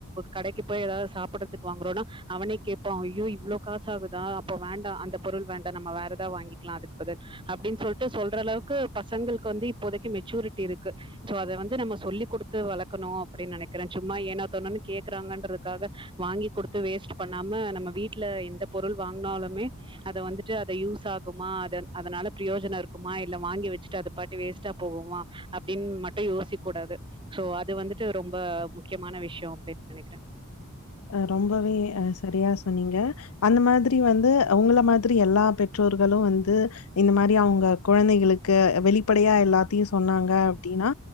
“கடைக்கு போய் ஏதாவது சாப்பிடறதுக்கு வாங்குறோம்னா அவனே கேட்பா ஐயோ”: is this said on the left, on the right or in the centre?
Right